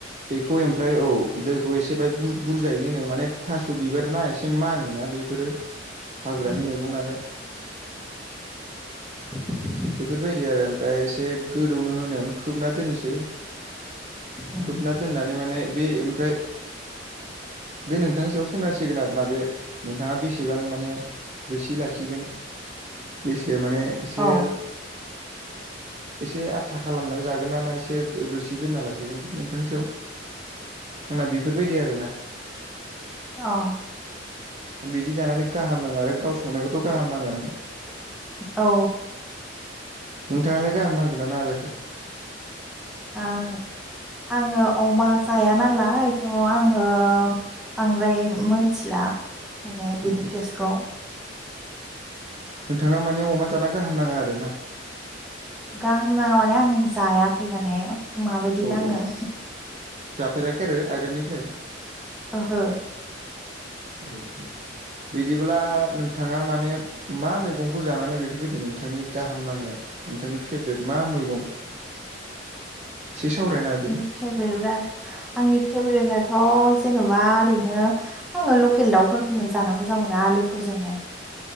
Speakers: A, on the right (about 35°); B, in the centre.
A: बेखौ एमफ्राय औ दैखौ एसे बाय बु-बुरजायैनो होनो माने थास'बिबार रोना एसे मानोना बेफोरो हाग्रानि
B: उम
A: मैगं नालाय। <inaudible>
B: <inaudible>
A: बेफोरबायदि आरो ओमफ्राय एसे गोदौनो होनायावनो खोबना दोननोसै।
B: उम
A: खोबना दोननानै माने बे ओमफ्राय बे नोंथांनि सायाव सोनारसिगोन आरोना बे बेसेबां माने रोसि लाखिगोन बेसे माने एसे
B: औ <inaudible>
A: एसे आथा खालामनानै जागोन ना एसे रोसि दोनना लाखिगोन बे नोंथांनि सयाव। आंना बेफोरबायदि आरोना।
B: औ
A: बिदि जानानै गाहाम नाङो आरो गाव संनायखौथ' गाहाम नाङो आं।
B: औ
A: नोंथाङालाय गाहाम नांगोना नाङा जाखो?
B: आं आङो अमा जाया नालायथ' आङो बांद्राय मोनथिला माने
A: औ
B: बिनि टेस्टखौ।
A: नोंथाङा माने अमा जाना गाहाम नाङा आरो ना?
B: गाहाम नाङा माने आं जायाखै माने माबायदि
A: औ
B: नाङो।
A: औ जाफेराखै आरो आगोलनिफ्राय?
B: ओहो।
A: औ औ बिदिब्ला नोंथाङा माने मा मैगंखौ जानानै बेफोरबायदि नोंथांनि गाहाम नांनाय नोंथांनि फेभ्रेट मा मैगं?
B: <inaudible>
A: एसे सावरायना होदो।
B: फेभ्रेट <unintelligible> आंनि फेभरेटआथ' जेन'बा ओरैनो आङो लकेल दाउफोरखौनो जाना मोजां मोनो आलुफोरजोंहाय।